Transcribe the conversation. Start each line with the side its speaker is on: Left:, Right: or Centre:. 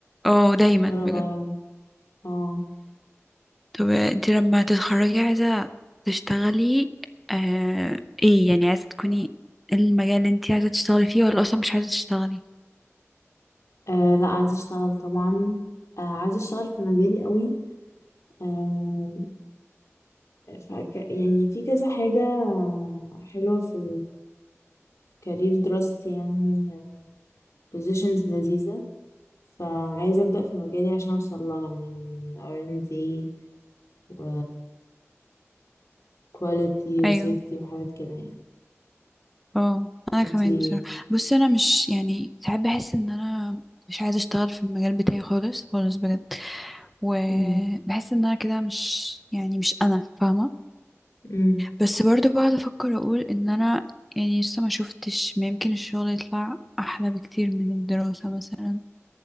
Centre: اه دايما
Left: قرر غيرها
Centre: بجد
Left: اه
Centre: طب انت لما تتخرجي عايزة تشتغلي آه ايه يعني عايزة تكوني إيه المجال اللي انت عايزة تشتغلي فيه ولا اصلا مش عايزة تشتغلي
Left: أه لا عايزة أشتغل طبعا أه عايزة أشتغل في مجالي قوي أه فك يعني في كذا حاجة آه، حلوة في الكارير دراستي يعني بوزيشنز لذيذة فعايزة أبدأ في مجالي عشان أوصل لها يعني R&D و quality و
Centre: ايوه
Left: safety وحاجات كده يعني
Centre: اه انا
Left: انتي
Centre: كمان بصراحة بصي انا مش يعني ساعات بحس ان انا مش عايزة اشتغل في المجال بتاعي خالص خالص بجد وبحس
Left: مم.
Centre: ان انا كده مش يعني مش انا فاهمه
Left: مم.
Centre: بس برضو بقعد افكر اقول ان انا يعني لسه ما شفتش ما يمكن الشغل يطلع احلى بكتير من الدراسه مثلا